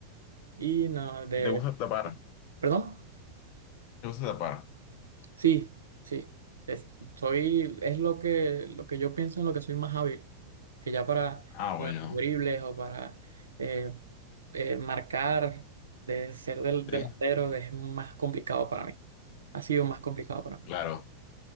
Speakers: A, on the right; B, on the left.
A: Y no, de...
B: ¿Y te gusta tapar?
A: ¿Perdón?
B: ¿Te gusta tapar?
A: Sí, sí. Es, soy, es lo que, lo que yo pienso en lo que soy más hábil. Que ya para,
B: Ah,
A: para
B: bueno,
A: los dribles o para eh, eh, marcar, de ser del
B: sí,
A: delantero, es más complicado para mí. Ha sido más complicado para mí.
B: claro.